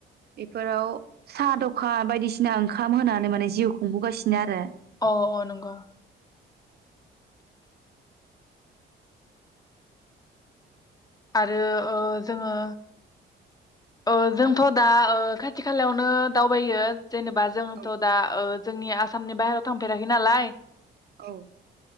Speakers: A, on the right; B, on the left.
A: बेफोराव साहा दखान बायदिसिना ओंखाम होनानै माने जिउ खुंबोगासिनो आरो
B: अ अ नंगौ आरो ओ जोङो ओ जोंथ' दा खाथि खालायावनो दावबायो जेनोबा जोंथ'
A: औ
B: दा ओ जोंनि आसामनि बाहेराव थांफेराखै नालाय
A: औ